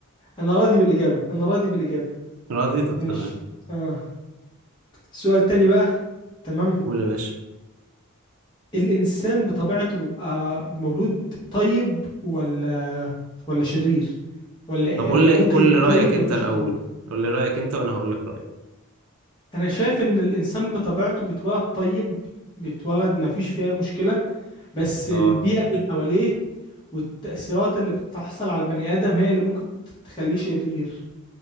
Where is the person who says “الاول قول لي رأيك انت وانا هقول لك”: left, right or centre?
Right